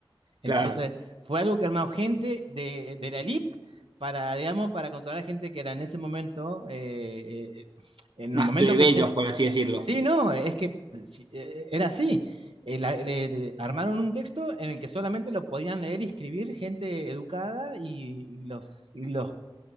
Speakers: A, on the right; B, on the right.
A: Entonces,
B: Claro,
A: fue algo que armó gente de, de la elite para, digamos, para controlar a gente que era en ese momento, eh, eh, en
B: más
A: el momento
B: plebeyos,
A: que se...
B: por así decirlo.
A: Sí, no, es que eh, sí, eh, era así. Eh, la- le- le- armaron un texto en el que solamente lo podían leer y escribir gente educada y, y los, y los,